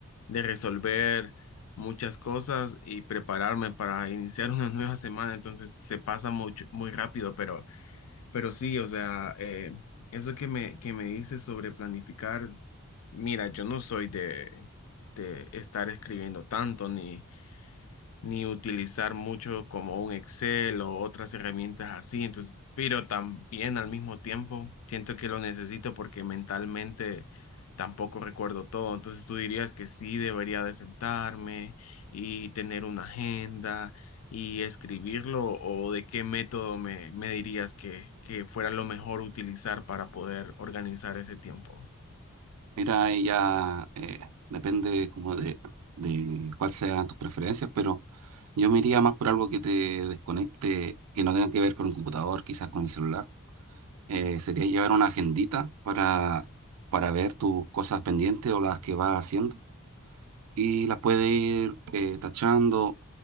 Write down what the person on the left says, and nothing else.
de resolver muchas cosas y prepararme para iniciar <laughs> una nueva semana. Entonces se pasa mucho, muy rápido, pero, pero sí, o sea, eh, eso que me, que me dices sobre planificar, mira, yo no soy de, de estar escribiendo tanto ni ni utilizar mucho como un Excel o otras herramientas así. Entonces, pero también al mismo tiempo siento que lo necesito porque mentalmente tampoco recuerdo todo. Entonces, tú dirías que sí debería de sentarme y tener una agenda y escribirlo o de qué método me, me dirías que, que fuera lo mejor utilizar para poder organizar ese tiempo.